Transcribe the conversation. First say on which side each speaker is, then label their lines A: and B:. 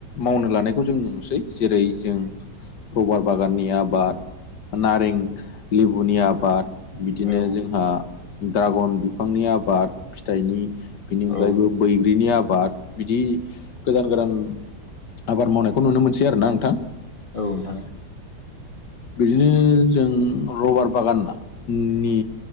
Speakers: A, on the left; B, on the left.
A: मावनो लानायखौ जों नुनोसै जेरै जों रबार बागाननि आबाद नारें लेबुनि आबाद बिदिनो
B: औ
A: जोंहा ड्रागन बिफांनि आबादि फिथाइनि बेनि अनगायैबो
B: औ
A: बैग्रिनि आबाद बिदि गोदान गोदान आबाद मावनायखौ नुनो मोनसै आरो ना नोंथां
B: औ नोंथां
A: बिदिनो जों रबार बागाननि